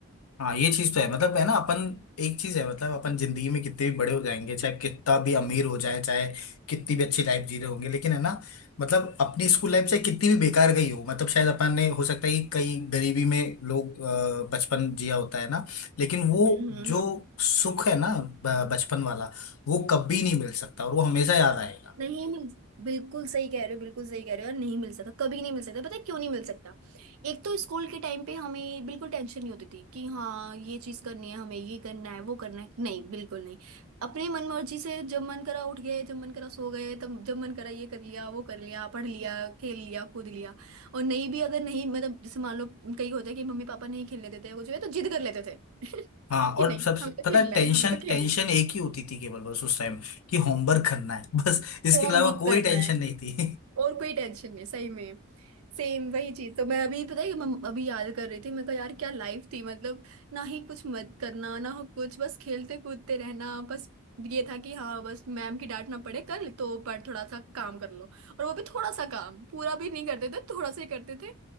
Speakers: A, on the left; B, on the right.
A: हाँ ये चीज तो है मतलब है ना अपन एक चीज है मतलब अपन जिंदगी में कितने भी बड़े हो जाएंगे चाहे कितना भी अमीर हो जाए चाहे कितनी भी अच्छी लाइफ जी रहे होंगे लेकिन है ना मतलब अपनी स्कूल लाइफ से कितनी भी बेकार गई हो मतलब शायद अपन ने हो सकता है कि कई गरीबी में लोग अ, बचपन जिया होता है ना लेकिन वो
B: हम्म
A: जो
B: हम्म, हम्म।
A: सुख है ना ब- बचपन वाला वो कभी नहीं मिल सकता और वो हमेशा याद आएगा
B: नहीं मिल बिल्कुल सही कह रहे हो बिल्कुल सही कह रहे हो और नहीं मिल सकता कभी नहीं मिल सकता पता है क्यों नहीं मिल सकता एक तो स्कूल के टाइम पे हमें बिल्कुल टेंशन नहीं होती थी कि हाँ ये चीज करनी है हमें ये करना है वो करना है नहीं बिल्कुल नहीं अपनी मन मर्जी से जब मन करा उठ गए जब मन करा सो गए तब जब मन करा ये कर लिया वो कर लिया पढ़ लिया खेल लिया कूद लिया और नहीं भी अगर नहीं मतलब जैसे मान लो कई होता है कि मम्मी पापा नहीं खेलने देते हैं कुछ भी तो जिद कर लेते थे <laughs>
A: हाँ
B: कि
A: और
B: नहीं
A: सब
B: हमें तो खेलना
A: पता है टेंशन
B: है हमें तो खेलना
A: टेंशन
B: है
A: एक ही होती थी केवल बस उस टाइम कि होमवर्क करना है <laughs> बस इसके
B: होमवर्क
A: अलावा कोई
B: करना
A: टेंशन
B: है
A: नहीं थी
B: और कोई टेंशन नहीं सही में सेम वही चीज तो मैं अभी पता है कि मैं अभी याद कर रही थी मैं कहा यार क्या लाइफ थी मतलब ना ही कुछ मत करना ना हो कुछ बस खेलते कूदते रहना बस ये था कि हाँ बस मैम की डांट ना पड़े कल तो पर थोड़ा सा काम कर लो और वो भी थोड़ा सा काम पूरा भी नहीं करते थे थोड़ा सा ही करते थे